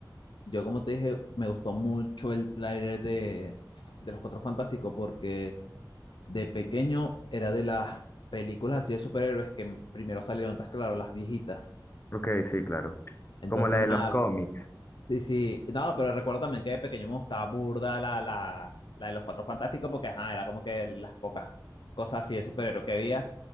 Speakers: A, on the left; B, on the left.
A: Yo como te dije, me gustó mucho el tráiler de, de Los Cuatro Fantásticos porque de pequeño era de las películas así de superhéroes que primero salieron, estás claro, las viejitas.
B: Ok, sí, claro.
A: Entonces,
B: Como la de los
A: nada,
B: cómics.
A: sí, sí. No, pero recuerdo también que de pequeño me gustaba burda la, la, la de los Cuatro Fantásticos porque, ajá, era como que las pocas cosas así de superhéroes que había.